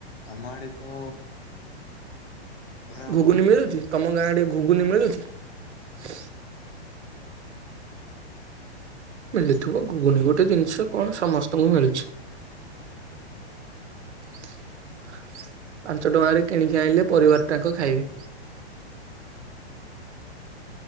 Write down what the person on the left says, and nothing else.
ଆମର ତ ଖରା
ହଉଛି
ଯେ